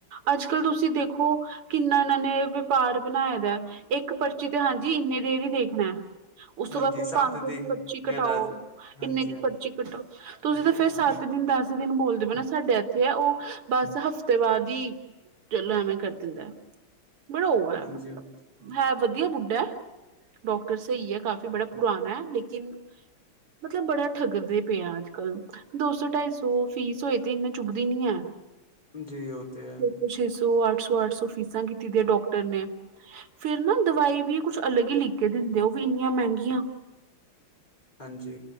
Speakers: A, on the right; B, on the left.
A: ਅੱਜ ਕੱਲ ਤੁਸੀਂ ਦੇਖੋ ਕਿੰਨਾ ਇਹਨਾਂ ਨੇ ਵਪਾਰ ਬਣਾਇਆ ਵਾ ਇੱਕ ਪਰਚੀ ਤੇ ਹਾਂਜੀ ਇੰਨੀ ਦੇਰ ਹੀ ਦੇਖਣਾ ਹੈ ਉਸ ਤੋਂ
B: ਹਾਂਜੀ
A: ਬਾਅਦ ਫੇਰ
B: ਸੱਤ
A: ਪੰਜ ਸੌ
B: ਦਿਨ
A: ਦੀ ਪਰਚੀ ਕਟਾਓ
B: ਜਾਂ ਦਸ ਹਾਂਜੀ-ਹਾਂਜੀ,
A: ਇੰਨੇ ਦੀ ਪਰਚੀ ਕੱਢੋ ਤੁਸੀਂ ਤਾਂ ਫੇਰ ਸੱਤ ਦਿਨ ਦਸ ਦਿਨ ਬੋਲਦੇ ਪਏ ਨਾ ਸਾਡੇ ਇੱਥੇ ਆ ਉਹ ਬਸ ਹਫ਼ਤੇ ਬਾਅਦ ਹੀ ਚਲੋ ਐਵੇਂ ਕਰ ਦਿੰਦਾ ਬੜਾ ਉਹ ਹੈ
B: ਹਾਂਜੀ
A: ਮਤਲਬ
B: ਹਾਂਜੀ
A: ਹੈ ਵਧੀਆ ਬੁੱਢਾ ਡਾਕਟਰ ਸਈ ਹੈ ਕਾਫੀ ਬੜਾ ਪੁਰਾਣਾ ਹੈ ਲੇਕਿਨ ਮਤਲਬ ਬੜਾ ਠੱਗਦੇ ਪਏ ਐ ਅੱਜ ਕੱਲ੍ਹ ਦੋ ਸੌ ਢਾਈ ਸੌ ਫੀਸ ਹੋਏ ਤੇ ਇੰਨੀ ਚੁੱਭਦੀ ਨੀ ਹੈ
B: ਜੀ ਓ ਤੇ ਹੈ।
A: ਛੇ ਛੇ ਸੌ, ਅੱਠ ਸੌ, ਅੱਠ ਸੌ, ਫੀਸਾਂ ਕੀਤੀ ਦੀਆਂ ਡੋਕਟਰ ਨੇ। ਫਿਰ ਨਾ ਦਵਾਈ ਵੀ ਕੁਛ ਅਲੱਗ ਈ ਲਿਖ ਕੇ ਦਿੰਦੇ। ਓ ਵੀ ਇੰਨੀਆਂ ਮੈਗੀਆਂ।
B: ਹਾਂਜੀ